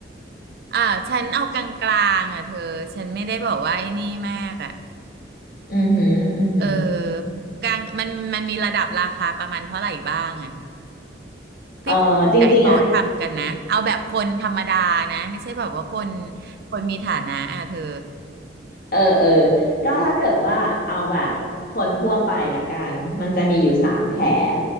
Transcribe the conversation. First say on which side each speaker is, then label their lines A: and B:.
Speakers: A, on the right; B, on the left.
A: อ่าฉันเอากลางๆอ่ะเธอฉันไม่ได้บอกว่าไอ้นี่มากอ่ะ
B: อือหืออือหือ
A: เออกลางมันมันมีระดับราคาประมาณเท่าไหร่บ้างอ่ะที่คนส่วนใหญ่เขาทำกันนะเอาแบบคนธรรมดานะไม่ใช่แบบว่าคน
B: เอ่อจริงๆอ่ะ
A: คนมีฐานะอ่ะเธอ
B: เออเออก็ถ้าเกิดว่าเอาแบบคนทั่วไปละกัน มันจะมีอยู่สามแผน